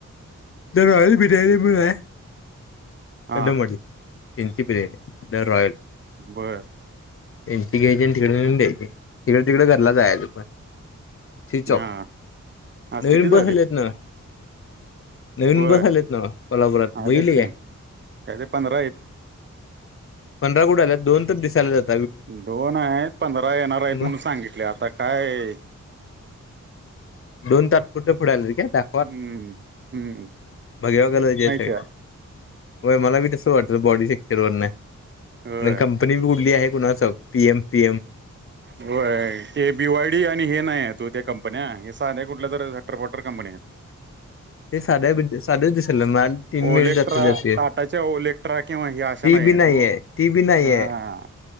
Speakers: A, on the left; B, on the right.
A: the royal biryani पण आहे.
B: हा
A: कदमवाडी त्यांची बिर्याणी द रॉयल-
B: बरं-
A: एनटी घ्यायची आणि तिकड निहुन द्यायची तिकड तिकड घरला जायला पण- स्चच ऑफ
B: हा आज
A: नवीन
B: किती झाले
A: बस आलेतणा- नवीन
B: होय
A: बस आलेत नव्ह कोल्हापुरात बघितली
B: आलेत की
A: काय?
B: काय तर पंधरा आहेत.
A: पंढरा कुठ आल्यात दोन तर दिसायल्यात.
B: दोन आहेत पंधरा येणार आहेत
A: मग
B: म्हणून सांगितले आता काय-
A: दोन तात्पुरत्या पुुढे आल्यात कााय आता-
B: हम्म हम्
A: भगव्या कलरचे सगळे
B: <inaudible>
A: होय मला बी तस वाटत बॉडी सेक्टर वरना आहे
B: होय
A: आणि कंपनी बी उडली आहे कुणास ठाऊक. पीएम पीएम
B: होय ते बीवाय डी आणि हे नाही आहेत व ह्या कंपन्या- <inaudible> कुठल्या तर सटरफटर कंपन्या आहेत.
A: <unintelligible> हे साध्या साध्याच दिसालं माल तीन
B: ओलेक्ट्रा
A: मिन जाते
B: टाटाच्या ओलेक्ट्रा किंवा हे अशा
A: ती
B: नाही
A: बी
B: आहेत
A: नाहीये.
B: ओ
A: ती बी नाहीेये.
B: हा